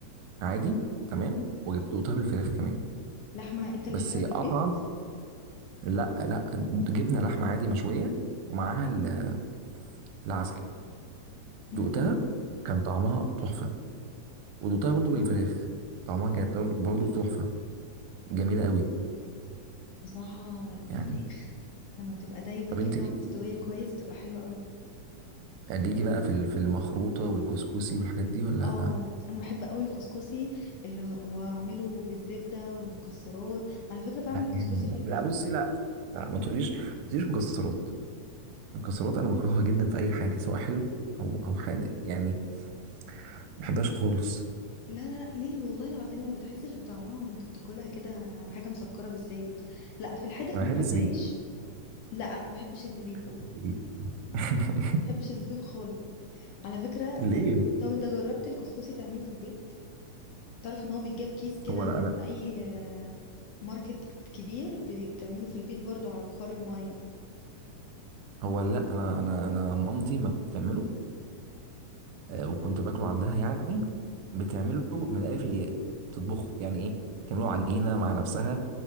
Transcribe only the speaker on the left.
لحمه انت اللي
شويها في البيت
امم
بصراحه الفريخ
لما بتبقى دايبه
كده
ومستويه
كويس بتبقى حلوه قوي
اه انا بحب قوي الكسكسي اللي هو هو اعمله بالزبده والمكسرات على فكره بعمل
الكسكسي
في البيت
لا لا لا ليه والله العظيم ما بتحسش بطعمها وانت بتاكلها كده على حاجة مسكرة بالزيت لا في الحادق
ما
بحبهاش
لا انا ما بحبش الزبيب
بقى
لا
ما بحبش الزبيب خالص على فكرة
طب انت جربت الكسكسي تعمله في البيت تعرف ان هو بيتجاب كيس كده
من
اي آه، ماركت كبير بتعمله في البيت برضو على بخار المية